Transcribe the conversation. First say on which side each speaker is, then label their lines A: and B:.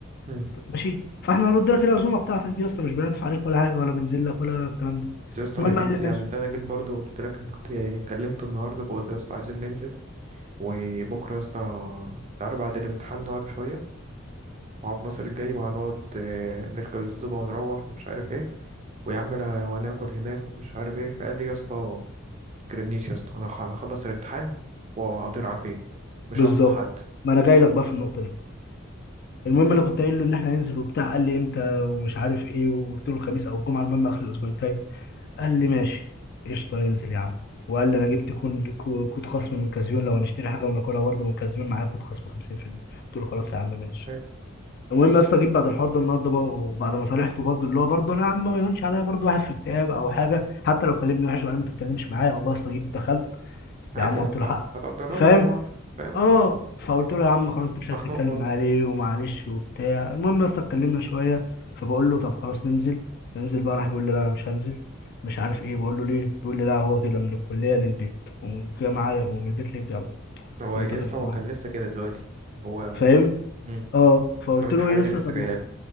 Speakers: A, on the right; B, on the left.
A: مم.
B: طب ماشي فاحنا هنرد لك العزومه بتاعتك دي يا اسطى مش بنعطف عليك ولا حاجه ولا بنزل لك ولا الكلام ده
A: بس يا اسطى
B: المهم
A: انا جيت
B: قال لي ماشي
A: يعني ده انا جيت برضه قلت لك أنا كنت كلمته النهارده بقول له يا اسطى عايزين ننزل وبكره يا اسطى تعالى بعد الامتحان نقعد شويه وعبد الناصر جاي وهنقعد آه، نركب الزوبه ونروح ومش عارف ايه ويا عم لا- وهناكل هناك ومش عارف ايه فقال لي يا اسطى ما تكلمنيش يا اسطى انا هخ- أنا هخلص الامتحان وهطير على البيت مش
B: بالظبط
A: هقف مع حد
B: ما انا جاي لك بقى في النقطه دي المهم انا كنت قايل له ان احنا هننزل وبتاع قال لي امتى ومش عارف ايه وقلت له الخميس او الجمعه المهم اخر الاسبوع الجاي قال لي ماشي قشطة ننزل يا عم وقال لي انا جبت كون- كو- كود خصم من كازيون لو هنشتري حاجه وناكلها برضه من كازيون معايا كود خصم 50% قلت له خلاص
A: مم.
B: يا عم ماشي
A: حلو.
B: المهم يا اسطى جيت بعد الحوار ده النهارده بقى وبعد ما صالحته برضه اللي هو برضه انا يا عم ما يهونش عليا برضه واحد في اكتئاب او حاجه حتى لو كلمني وحش وقال لي ما تتكلمش معايا والله يا اسطى جيت دخلت
A: عادي
B: يا عم قلت
A: هت...
B: له
A: هتقدرها
B: حق فاهم
A: له ان هو فاهم
B: اه فقلت له يا عم خلاص انت مش
A: مخنوق
B: عايز تتكلم
A: برضه
B: معاه ليه ومعلش وبتاع المهم يا اسطى اتكلمنا شويه فبقول له طب خلاص ننزل هننزل بقى راح بيقول لي لا انا مش هنزل مش عارف ايه بقول له ليه بيقول لي لا هو كده من الكليه للبيت ومن الجامعه ومن البيت للجامعه
A: هو
B: قلت
A: يا
B: له
A: اسطى
B: طب بس
A: هو
B: معاك
A: كان لسه كده دلوقتي هو
B: فاهم
A: مم.
B: اه فقلت
A: رمين
B: له
A: الحراري
B: ايه يا اسطى
A: دي لسه
B: طب
A: جايه
B: ما
A: له